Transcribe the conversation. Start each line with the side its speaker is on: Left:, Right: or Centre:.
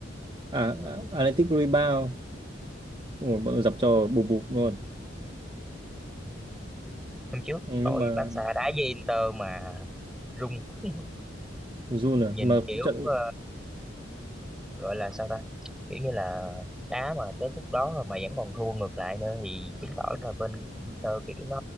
Right: À,
Centre: đúng rồi.
Right: à, Athletic Rebound. Ủa, bọn tôi dập cho bụp bụp luôn.
Centre: hôm trước
Right: Ừ,
Centre: tôi
Right: nhưng mà
Centre: Barca đá với Inter mà rung <laughs>
Right: run à.
Centre: nhìn
Right: Mà
Centre: kiểu
Right: trận
Centre: ờ, gọi là sao ta kiểu như là đá mà tới phút đó rồi mà vẫn còn thua ngược lại nữa thì chứng tỏ là bên Inter kiểu nó